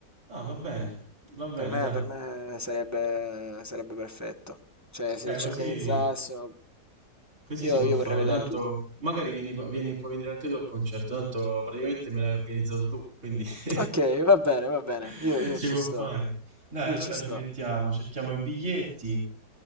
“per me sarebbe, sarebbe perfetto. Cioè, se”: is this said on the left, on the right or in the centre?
Right